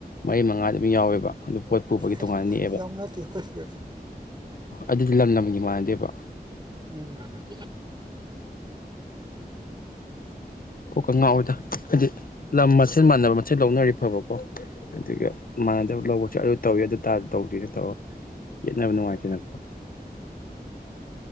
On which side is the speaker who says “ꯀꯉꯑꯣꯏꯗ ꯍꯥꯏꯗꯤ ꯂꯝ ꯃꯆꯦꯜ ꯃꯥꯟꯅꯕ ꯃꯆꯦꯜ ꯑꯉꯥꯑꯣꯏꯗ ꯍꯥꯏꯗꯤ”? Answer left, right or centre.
Left